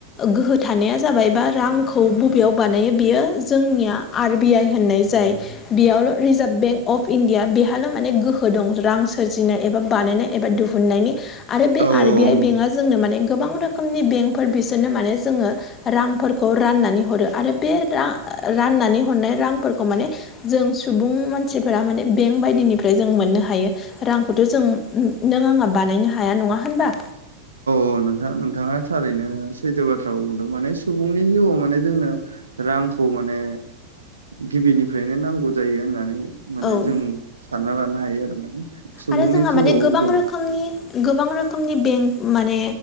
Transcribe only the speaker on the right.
औ
औ
औ नोंथां नोंथाङा थारैनो सैथो बाथ्राखौ बुंदों माने सुबुंनि जिउआव माने जोंनो रांखौ माने गिबिनिफ्रायनो नांगौ जायो होननानै माने
जों सानना लानो हायो आरो माने सुबुंनि
जिउआव
जों